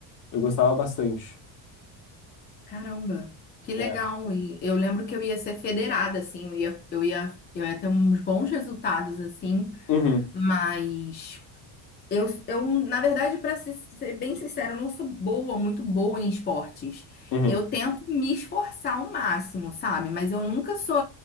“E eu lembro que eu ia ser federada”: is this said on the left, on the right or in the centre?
Left